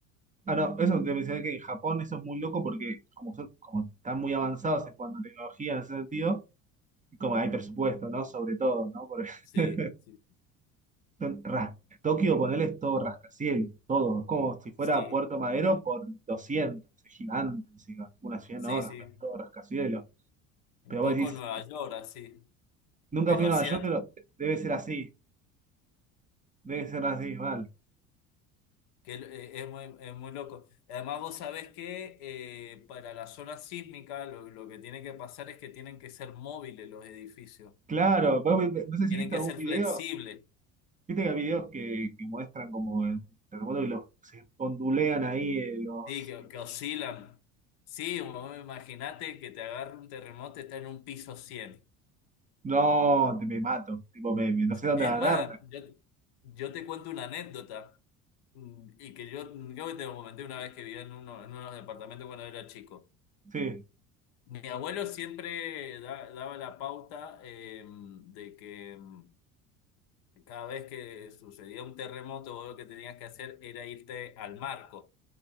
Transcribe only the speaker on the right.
Ah, no, eso te mencioné que en Japón eso es muy loco porque como, son- como están muy avanzados en cuanto a tecnología en ese sentido, y como hay presupuesto, ¿no? Sobre todo, ¿no? Por
<laughs>
Son ras- Tokio, ponele, es todo rascacielos, todo. Es como si fuera
Puerto Madero por 200, es gigante encima, una ciudad
enorme,
es todo rascacielos.
Pero
vos decís,
nunca
fui
a Nueva York,
pero debe ser así, debe ser así, mal.
Claro, vos vi- no sé
si viste
algún
video,
viste que hay videos que, que muestran como el terremoto y los, se ondulean ahí eh, los...
No, te, me mato, tipo, me, me- no sé dónde
agarrarme.
Sí,